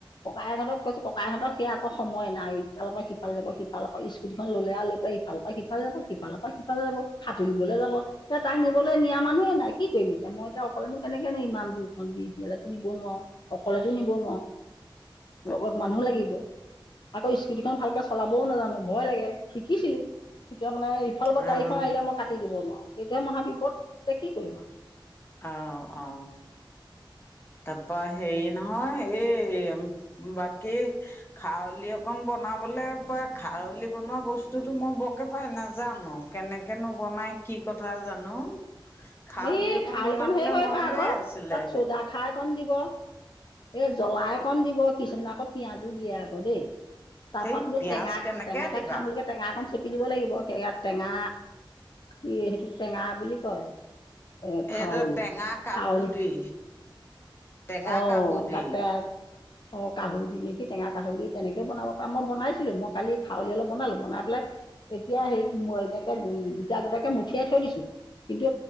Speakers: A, on the left; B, on the left.
A: ককাই ইহঁতক কৈছো ককাইহঁতক সে আকৌ সময় নাই ইলপৰ সিফাল যাব সিফালক স্কুল। <unintelligible> সিফালপা যাব সিফালৰ পৰা সিফালে যাব সাঁতুৰিবলৈ যাব এ তাক নিবলৈ নিয়া মানুহে নাই কি কৰিবি এতিয়া মই এতিয়া অকলেনো কেনেকে ন ইমান দূৰখন বি <unintelligible> নিব নোৱাৰো অকলেতো নিব নোৱাৰো
B: <inaudible>
A: লগত মানুহ লাগিব আকৌ স্কুটিখন ভালকে চলাবও নাজানো ভয় লাগে শিকিছিলো তেতিয়া মানে সিফালৰ পৰা
B: অ',
A: গাড়ীখন আহিলে মই কাটি দিব নোৱাৰো সেইটোহে মহা বিপদ এতিয়া কি কৰিম আৰু
B: অ অ তাপা হেৰি নহয় এই বাকী খাৰলি অকন বনাবলৈ প খাৰলি বনোৱা বস্তুতো মই বৰকে পাই নাজানো কেনেকেনো বনাই কি কথা জানো খাৰলি
A: এ
B: অকণ
A: খাৰলিকণ
B: বনাবলৈ
A: হেৰি কৰিব
B: মন
A: আকৌ
B: গৈ আছিলে
A: তাত চৌদা খাৰ অকণ দিব এ জলা অকণ দিব কিছুমান আকৌ পিয়াঁজো দিয়ে আকৌ দেই তপা
B: সেই পিয়াজ
A: টেঙা
B: কেনেকে
A: টেঙাকে
B: দিবা
A: খাম বুলিহে টেঙা এখন চেপি দিব লাগিব সে ইয়াত টেঙা কি সেইটো টেঙা বুলি কয় এ খাওঁল
B: এইটো টেঙা কাহু
A: খাওল
B: দি টেঙা
A: অহ
B: কাহু দি
A: কাটে অ কাহুৰি নেকি টেঙা কাহুৰি তেনেকে বনাব পাৰ মই বনাইছিলো মই কালি খাৰলি অলপ বনালোঁ বনাই পেলাই এতিয়া সেই এনেকে উ গোটা গোটাকে মঠিয়াই থৈ দিছো কিন্তু